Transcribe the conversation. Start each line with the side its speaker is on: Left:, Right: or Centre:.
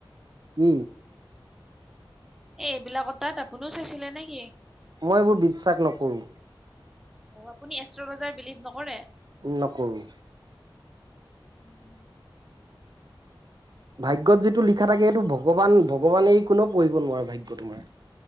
Right: কি?
Centre: এ এইবিলাক তাত আপুনিও চাইছিলে নেকি?
Right: মই এইবোৰ বিশ্বাস নকৰোঁ।
Centre: অ' আপুনি এষ্ট্ৰলজাৰ বিলিভ নকৰে?
Right: উম নোকৰোঁ।
Centre: উম।
Right: ভাগ্যত যিটো লিখা থাকে সেটো ভগৱান ভগৱানেই কোনেও পঢ়িব নোৱাৰে ভাগ্য তোমাৰ